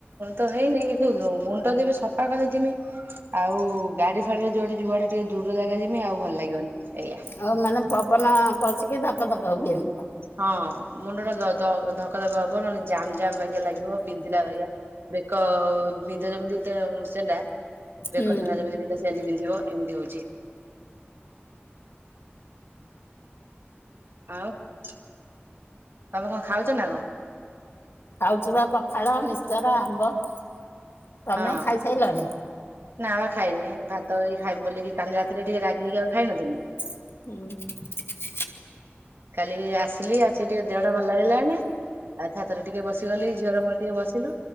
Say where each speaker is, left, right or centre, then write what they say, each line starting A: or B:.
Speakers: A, on the right; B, on the left.
A: ତ ହେଇନି କିନ୍ତୁ ମୁଣ୍ଡ ଯେବେ ସପା କରିଥିମି ଆଉ ଗ୍ୟା ଗାଡି ଫାଡିରେ ଯୁଆଡେ ଯିବୁ ଆଡେ ଟିକେ ଦୂର ଜାଗ ଯିମି ଆଉ ଭଲ ଲାଗିବନି। ଏ
B: ଆଉ ମାନେ ପବନ ପଶିକି ଧକ ଧକ ହୁଏ ମୁଣ୍ଡ।
A: ହଁ ମୁଣ୍ଡ ଟା ଦ-ଦ-ଧକ ଧକ ହବ ନହନେ ଜାମ ଜାମ ବାଗିଆ ଲାଗିବ। ବିନ୍ଧିଲା ବାଗିଆ ବେକ ବିନ୍ଧା ଯେମିତି ତ ସେଣ୍ଡା ବେକ
B: ହୁଁ
A: ସଣ୍ଡା ଯେମିତି ବିନ୍ଧେ। ସେମିତି ପିନ୍ଧିବ, ଏମିତି ହଉଛି। ଆଉ ତୋମେ କଣ ଖାଉଚ ନା କଣ?
B: ଖାଉଚୁ ବା ପଖାଳ ମିସ୍ଚର ଆମ୍ବ। ତୋମେ
A: ହଁ
B: ଖାଇସାଇଲଣି?
A: ନା ବା ଖାଇନି। ଭାତ ଏଇ ଖାଇମି ବୋଲିକି, କାଲି ରାତିରେ ଟିକେ ରାଗିକି ଆଉ ଖାଇନଥିନି।
B: ହୁଁ।
A: କାଲି ଆସିଲି ଆସିକି ଟିକେ ଦେହଟା ଭଲ ଲାଗିଲାନି। ଆଉ ଛାତରେ ଟିକେ ବସିଗଲି। ଝିଅର ମୋର ଟିକେ ବସିଲୁ।